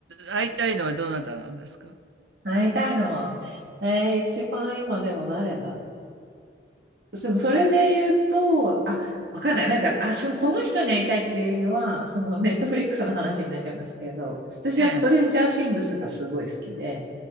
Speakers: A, on the right; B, on the right.
A: 会いたいのはどなたなんですか？
B: なりたいのは、えー、一番今でも誰だでもそれで言うと、あ、わかんない。なんか、あ、そう、この人に会いたいっていうよりは、そのネットフリックスの話になっちゃいますけど、私はストレンジャーシングスがすごい好きで、
A: ええ。